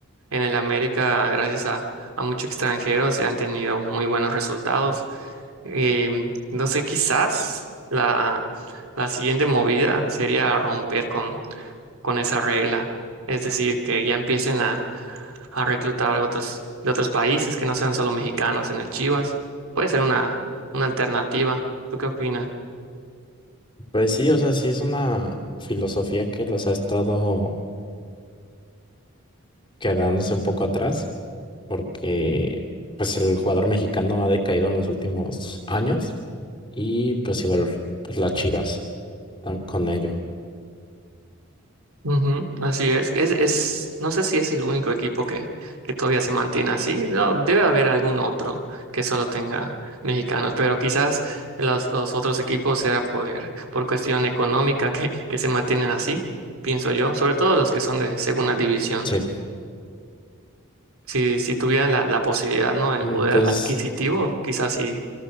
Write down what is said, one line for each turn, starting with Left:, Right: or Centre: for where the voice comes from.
Right: en el América, gracias a, a muchos extranjeros, se han tenido muy buenos resultados. Em, entonces quizás la, la siguiente movida sería romper con, con esa regla, es decir, que ya empiecen a, a reclutar otros, de otros países que no sean solo mexicanos en el Chivas. Puede ser una, una alternativa. ¿Tú qué opinas?
Left: Pues sí, o sea, sí es una filosofía que las ha estado quedándose un poco atrás porque pues el jugador mexicano ha decaído en los últimos años y pues igual pues, las Chivas tam- con ello.
Right: Ujú, así es. Es, es, no sé si es el único equipo que, que todavía se mantiene así. No, debe haber algún otro que solo tenga mexicanos, pero quizás los, los otros equipos será por, por cuestión económica que, que se mantienen así, pienso yo, sobre todo los que son de segunda división.
Left: Sí.
Right: Si, si tuvieran la, la posibilidad, ¿no? El
Left: Mm,
Right: poder
Left: Pues
Right: adquisitivo, quizás sí,